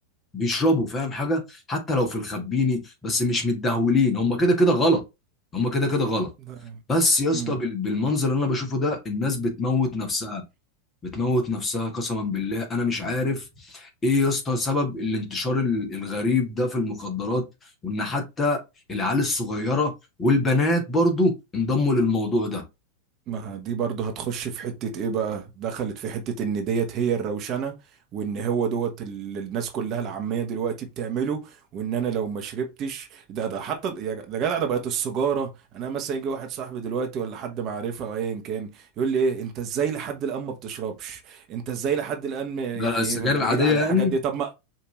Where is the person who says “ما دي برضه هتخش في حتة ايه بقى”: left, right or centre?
Right